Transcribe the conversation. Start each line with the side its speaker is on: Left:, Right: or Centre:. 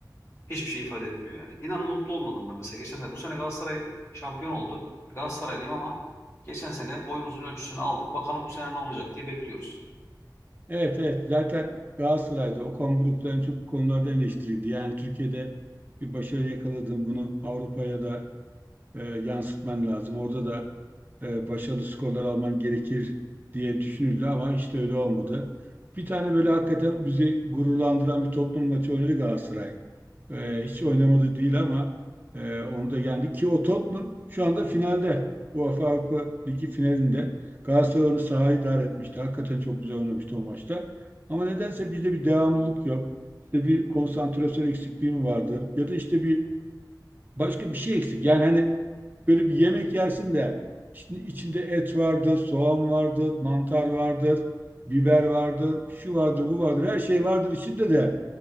Left: Hiçbir şey ifade etmiyor yani. İnan mutlu olmadım ben mesela. Geçen sene, bu sene Galatasaray şampiyon oldu. Galatasaraylıyım ama geçen sene boyumuzun ölçüsünü aldık. Bakalım bu sene ne olacak diye bekliyoruz.
Right: Evet evet zaten Galatasaray'da Okan Buruk'ta en çok bu konulardan eleştirildi. Yani Türkiye'de bir başarı yakaladın bunu Avrupa'ya da e, yansıtman lazım. Orada da e, başarılı skorlar alman gerekir diye düşünüldü ama hiç de öyle olmadı. Bir tane böyle hakikaten bizi gururlandıran bir Tottenham maçı oynadı Galatasaray. E, hiç oynamadı değil ama e, onu da yendi ki o Tottenham şu anda finalde. UEFA Avrupa Ligi finalinde Galatasaray onu sahaya idare etmişti. Hakikaten çok güzel oynamıştı o maçta. Ama nedense bizde bir devamlılık yok. İşte bir konsantrasyon eksikliği mi vardır? Ya da işte bir başka bir şey eksik. Yani hani Böyle bir yemek yersin de şimdi içinde et vardır, soğan vardır, mantar vardır, biber vardır, şu vardır, bu vardır. Her şey vardır içinde de